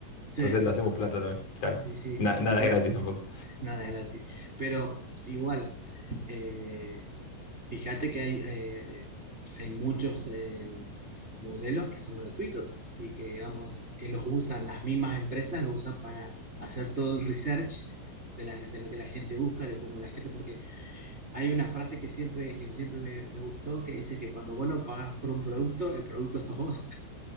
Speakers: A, on the left; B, on the right.
A: Entonces
B: Sí, exactamente.
A: lo hacemos plata también. Claro.
B: Sí, sí.
A: Na- nada
B: Pero
A: gratis tampoco.
B: nada es gratis. Pero igual, eh, fíjate que hay, eh, hay muchos eh, modelos que son gratuitos y que, digamos, que los usan las mismas empresas, los usan para hacer todo el research de, la- de lo que la gente busca, de cómo la gente, porque hay una frase que siempre, que siempre me, me gustó, que dice que cuando vos no pagás por un producto, el producto sos vos.